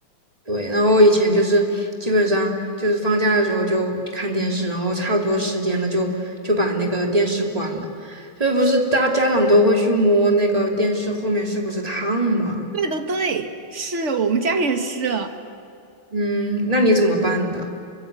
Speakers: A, on the right; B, on the right.
A: 对，然后以前就是基本上就是放假的时候就看电视，然后差不多时间了就就把那个电视关了。就是不是大家长都会去摸那个电视后面是不是烫吗？
B: 对的，对，是我们家也是。
A: 嗯，那你怎么办的？